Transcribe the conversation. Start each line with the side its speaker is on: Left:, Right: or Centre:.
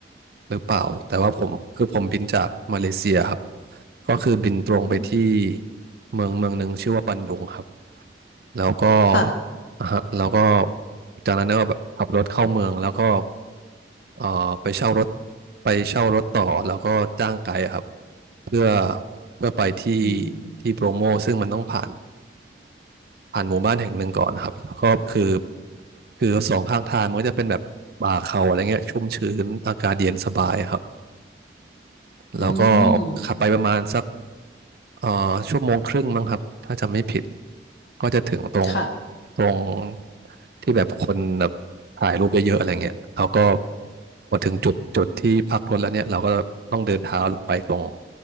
Right: หรือเปล่า แต่ว่าผมคือผมบินจากมาเลเซียครับ ก็คือบินตรงไปที่
Left: อืม
Right: เมืองเมืองหนึ่งชื่อว่าบันดุงครับ แล้วก็
Left: ค่ะ
Right: อ่ะฮะแล้วก็ จากนั้นก็แบบขับรถเข้าเมือง แล้วก็เอ่อไปเช่ารถไปเช่ารถต่อ แล้วก็จ้างไกด์อะครับเพื่อเพื่อไปที่
Left: อืม
Right: ที่โบรโมซึ่งมันต้องผ่านผ่านหมู่บ้านแห่งหนึ่งก่อนนะครับแล้วก็คือ คือสองข้างทางมันก็จะเป็นแบบป่าเขาอะไรเงี้ยชุ่มชื้นอากาศเย็นสบายอะครับ แล้วก็
Left: อืม
Right: ขับไปประมาณสัก เอ่อชั่วโมงครึ่งมั้งครับถ้าจำไม่ผิดก็จะถึงตรง
Left: ค่ะ
Right: ตรงที่แบบคนแบบถ่ายรูปเยอะๆอะไรเงี้ยเราก็พอถึงจุดจุดที่พักรถแล้วเนี่ยเราก็ต้องเดินเท้าลงไปตรง